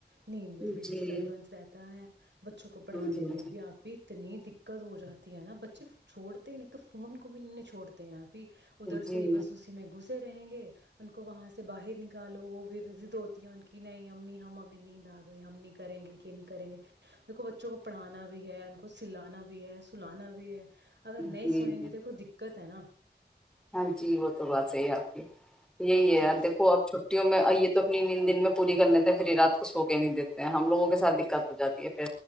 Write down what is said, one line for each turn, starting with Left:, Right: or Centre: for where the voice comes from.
Right: نیند میں
Centre: جی
Right: بھی ڈسٹربنس رہتا ہے بچوں کو
Centre: جی
Right: پڑھانے میں بھی آپی اتنی دقت ہو جاتی ہے نا جب چھوڑتے ہی نہیں تو فون کو بھی نہیں نہیں چھوڑتے یار ادھر
Centre: جی
Right: سے ہی بس اسی میں گھس رہیں گے ان کو وہاں سے باہر نکالو وہ بھی ضد ہوتی ہیں ان کی نہیں امی ہم ایں نیند آ گئی ہم نہیں کریں گے کہ نہیں کریں گے دو بچوں کو پڑھانا بھی بھی ہے ان کو سلانا بھی ہے سلانا بھی ہے اگر
Centre: جی
Right: نہیں سوئیں
Centre: جی
Right: گے دیکھو دقت تینا
Centre: ہاں جی وہ تو بات سہی ہے آپ کی یہی
Right: جی
Centre: ہے آپ
Right: جی
Centre: دیکھو اب چھٹیوں میں یہ تو اپنی ن دن میں پوری کر لیتے ہیں پھر یہ رات کو سو کے نہیں دیتے ہیں ہم لوگوں کے ساتھ دقت ہو جاتی ہے پھر